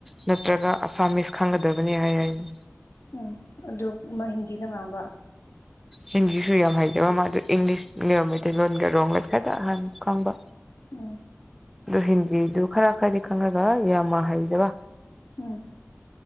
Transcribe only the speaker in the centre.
ꯅꯠꯇ꯭ꯔꯒ ꯑꯁꯥꯃꯤꯁ ꯈꯪꯒꯗꯕꯅꯤ ꯍꯥꯏ ꯍꯥꯏꯅꯤ
ꯍꯤꯟꯗꯤꯁꯨ ꯌꯥꯝ ꯍꯩꯖꯕ ꯃꯥꯗ ꯏꯪꯂꯤꯁꯅ ꯃꯩꯇꯩꯂꯣꯟꯒ ꯔꯣꯒ ꯈꯇ ꯑꯍ ꯈꯪꯕ
ꯑꯗꯨ ꯍꯤꯟꯗꯤꯗꯨ ꯈꯔ ꯈꯔꯗꯤ ꯈꯪꯉꯒ ꯌꯥꯝꯃ ꯍꯩꯗꯕ